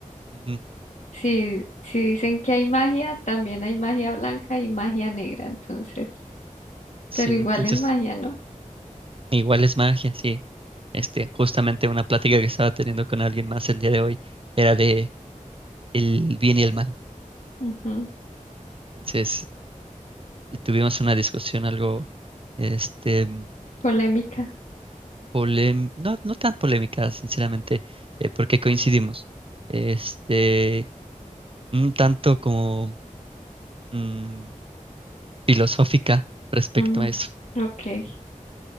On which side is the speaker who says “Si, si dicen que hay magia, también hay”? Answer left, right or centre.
Left